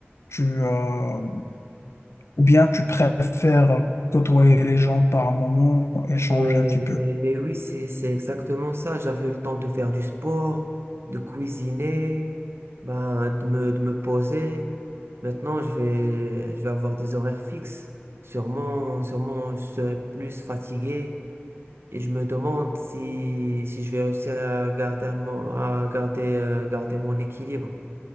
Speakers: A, on the left (about 85°); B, on the right (about 65°).
A: tu, euh, ou bien tu préfères côtoyer les gens par moment, échanger
B: Mais,
A: un petit peu.
B: mais oui, c'est, c'est exactement ça. J'avais le temps de faire du sport, de cuisiner, ben, de me, de me poser. Maintenant, je vais, je vais avoir des horaires fixes. Sûrement, sûrement, je serai plus fatigué. Et je me demande si, si je vais réussir à garder mon, à garder, euh, garder mon équilibre.